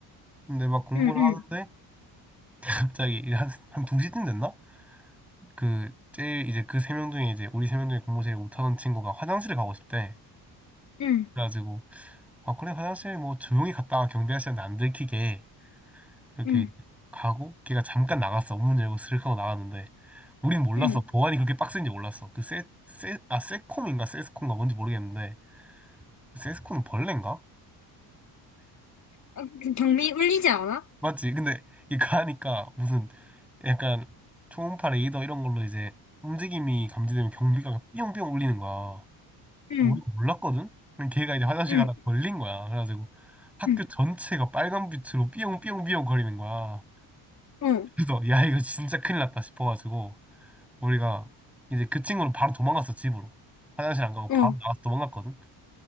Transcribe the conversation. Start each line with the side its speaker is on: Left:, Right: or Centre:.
Centre: 근데 막 공부를
Left: 응, 응,
Centre: 하는데 갑자기 이제 한, 한 2시쯤 됐나? 그 제일 이제 그 세 명 중에 이제 우리 세 명 중에 공부 제일 못하던 친구가 화장실을 가고 싶대.
Left: 응,
Centre: 그래가지고 아 그래 화장실 뭐 조용히 갔다가 경비 아저씨한테 안 들키게 이렇게
Left: 응,
Centre: 가고 걔가 잠깐 나갔어. 문 열고 스르륵 하고 나갔는데 우린 몰랐어.
Left: 응.
Centre: 보안이 그렇게 빡센지 몰랐어. 그 세, 세, 아 세콤인가 세스콤인가 뭔지 모르겠는데 세스콤은 벌레인가?
Left: 아, 그 경미 울리지 않아?
Centre: 맞지? 근데 이거 하니까 무슨 약간 초음파 레이더 이런 걸로 이제 움직임이 감지되면 경비가 삐용삐용 울리는 거야.
Left: 응,
Centre: 우리 몰랐거든? 근데 걔가 이제 화장실
Left: 응,
Centre: 가다 걸린 거야. 그래가지고 학교
Left: 응,
Centre: 전체가 빨간 빛으로 삐용삐용삐용 거리는 거야.
Left: 어,
Centre: 그래서 야 이거 진짜 큰일 났다 싶어가지고 우리가 이제 그 친구는 바로 도망갔어 집으로. 화장실 안 가고
Left: 어,
Centre: 바로 나가서 도망갔거든.